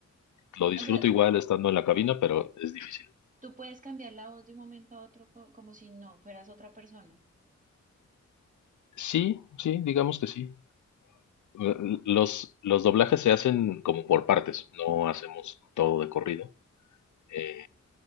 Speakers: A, on the left; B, on the right.
A: lo disfruto
B: O sea,
A: igual estando en la cabina, pero es difícil.
B: tú puedes cambiar la voz de un momento a otro co- como si no fueras otra persona.
A: Sí, sí, digamos que sí. Eh, Los, los doblajes se hacen como por partes, no hacemos todo de corrido. Eh,